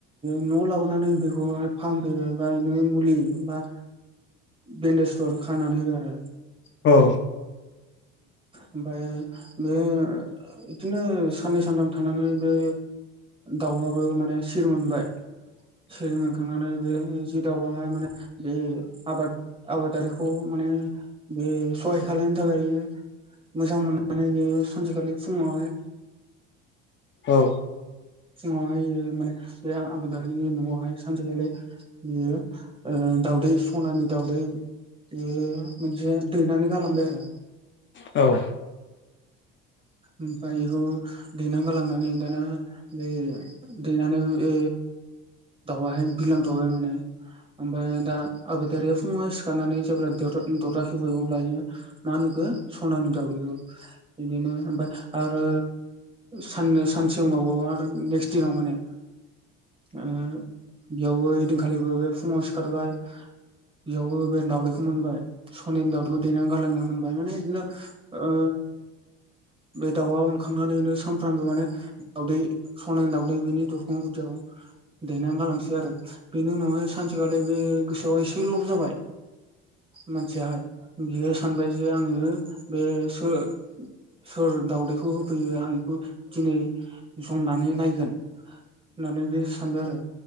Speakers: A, on the right; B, on the left.
A: न'आव लाबोनानै बेखौहाय फाम फैबाय बा बिनो मुलि बा बेन्डेजफोर खाननानै होबाय आरो।
B: औ
A: ओमफाय बे इदिनो साननै सानथाम थानानै बे दाउआबो माने सिरि मोनबाय सैमोग थांनानै बे जि दाउआहाय माने जि आबाद आबादारिखौ माने बे सहाय खालामनो थाखाय मोजां मोननानै बियो सानसेखालि फुंङावहाय
B: औ
A: फुंङावहाय माने बे आबादारिनि नआवहाय सानसेखालि बियो ओ दाउदै सनानि दावदै बे मोनसे दैनानै गालांबाय आरो।
B: औ
A: ओमफ्राय बेखौ देननानै गालांनानै दाना बे दैनानै बे दाउआहाय बिलांथबाय माने। ओमफाय दा आबादारिया फुङाव सिखारनानै जेब्ला दरजा दरजा खेवबाय अब्ला इयो मा नुखो सनानि दाउदैखौ। बिदिनो ओमफाय आरो सान्नै सानसे उनावबाबा नेक्स देयाव माने ओ बेयावबो इदिनखालिबो बे फुंङाव सिखारबाय बेयावबो बे दावदैखौ मोनबाय सनानि दाउदैखौ दैनानै गालांनो मोनबाय माने इदिनो ओ बे दाउआ उनखांनानैनो सानफ्रामबो माने दाउदै सनानि दाउदै बेनि द बां गुदियाव दैनानै गालांसै आरो बेनि उनावहाय सानसेखालि बे गोसोआव एसे लब जाबाय मानसियाहाय बियो सानबाय जे आङो बे सो सोर दाउदैखौ होफैयो आं बेखौ दिनै संनानै नायगोन होननानै बे सानबाय आरो